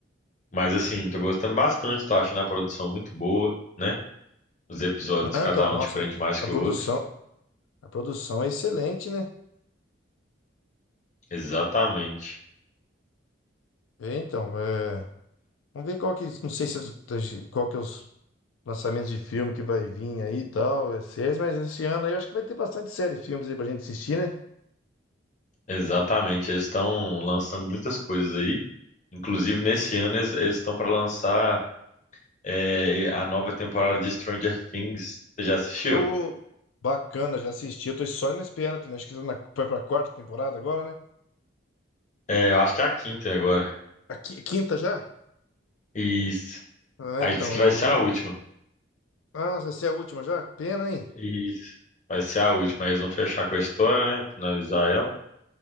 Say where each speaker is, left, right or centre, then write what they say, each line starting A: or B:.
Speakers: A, on the left; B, on the left.
A: Mas assim, tô gostando bastante, tô achando a produção muito boa, né? Os episódios,
B: Não,
A: cada
B: então,
A: um
B: nossa,
A: te prende
B: a produ-
A: mais
B: a
A: que
B: produção,
A: o outro.
B: a produção é excelente, né?
A: Exatamente.
B: É, então, é. Vamos ver qual que. Não sei se qual que é os lançamentos de filme que vai vir aí e tal, é séries, mas esse ano aí eu acho que vai ter bastante série e filmes aí pra gente assistir, né?
A: Exatamente. Eles estão lançando muitas coisas aí. Inclusive, nesse ano, eles eles estão para lançar. é, a nova temporada de Stranger Things. Você já assistiu?
B: Tô bacana, já assisti. Eu tô só na espera também. Acho que tá na- vai pra quarta temporada agora, né?
A: É, eu acho que é a quinta agora.
B: A qui- quinta já?
A: Isso.
B: Ah,
A: Aí
B: então,
A: diz que
B: eu
A: vai ser
B: vou.
A: a última.
B: Ah, vai ser a última já? Pena, hein?
A: Isso. Vai ser a última. Eles vão fechar com a história, né? Finalizar ela.